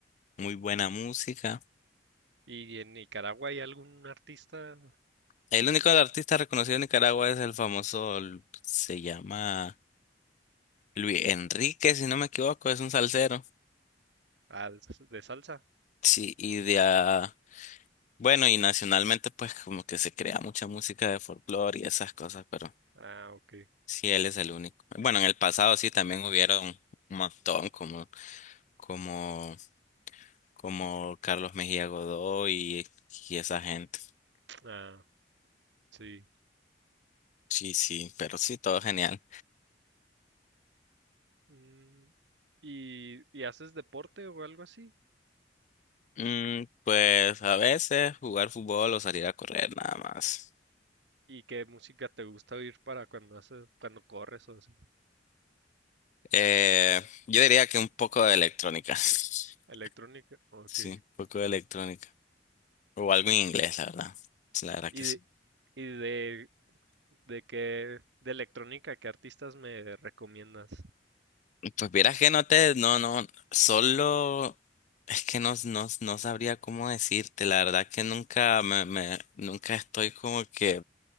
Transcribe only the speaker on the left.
muy buena música.
El único artista reconocido en Nicaragua es el famoso, Lu- se llama Luis Enrique, si no me equivoco, es un salsero.
Sí, y de, a- Bueno, y nacionalmente pues como que se crea mucha música de folclore y esas cosas, pero
sí, él es el único. Bueno, en el pasado sí también hubieron un montón como, como, como Carlos Mejía Godoy y, y esa gente.
Sí, sí, pero sí, todo genial.
Mm, pues a veces jugar fútbol o salir a correr nada más.
Eh, yo diría que un poco de electrónica. <laughs>
Sí, un poco de electrónica. O algo en inglés, la verdad. La verdad
que sí.
Pues vieras que no te, no, no, solo es que no, no, no sabría cómo decirte, la verdad que nunca me, me, nunca estoy como que